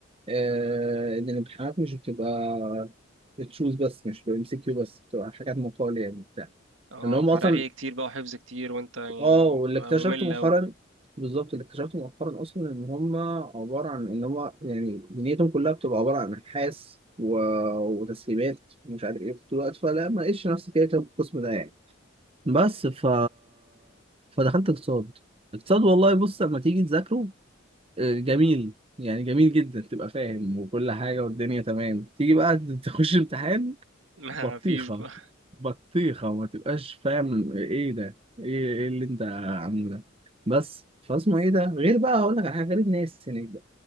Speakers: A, on the right (about 30°); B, on the right (about 70°).
A: آه ان الامتحانات مش بتبقى بتشوز بس مش بتبقى ام سي كيو بس بتبقى حاجات مقال يعني بتاع
B: اه
A: ان هم
B: فرغي
A: اصلا
B: كتير بقى وحفظ كتير وانت يعني
A: اه واللي
B: بتبقى
A: اكتشفته
B: ممل
A: مؤخرا
B: أوي
A: بالظبط اللي اكتشفته مؤخرا اصلا ان هم عباره عن ان هم يعني دنيتهم كلها بتبقى عباره عن ابحاث و... وتسليمات ومش عارف ايه في الوقت فلا ما لقيتش نفسي كده في القسم ده يعني بس ف فدخلت اقتصاد اقتصاد والله بص لما تيجي تذاكره آه، جميل يعني جميل جدا تبقى فاهم وكل حاجه والدنيا تمام تيجي بقى <laughs> تخش امتحان
B: <laughs> ما
A: بطيخة
B: فيش بقى
A: بطيخة وما تبقاش فاهم ايه ده ايه ايه اللي انت عامله ده بس فاسمه ايه ده غير بقى هقول لك على حاجة غير الناس هناك بقى